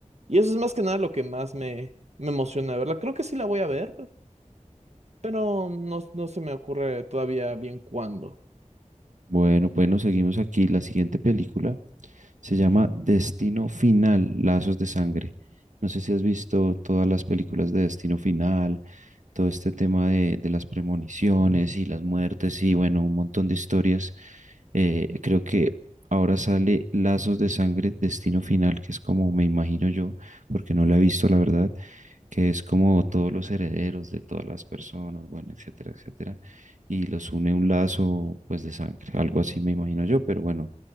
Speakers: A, on the right; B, on the right.
A: Y eso es más que nada lo que más me, me emociona de verla. Creo que sí la voy a ver, pero no, no se me ocurre todavía bien cuándo.
B: bueno, bueno, seguimos aquí. La siguiente película Se llama Destino Final, Lazos de Sangre. No sé si has visto todas las películas de Destino Final, todo este tema de, de las premoniciones y las muertes y bueno, un montón de historias. Eh, creo que ahora sale Lazos de Sangre, Destino Final, que es como me imagino yo, porque no la he visto, la verdad, que es como todos los herederos de todas las personas, bueno, etcétera, etcétera, y los une un lazo pues de sangre, algo así me imagino yo, pero bueno,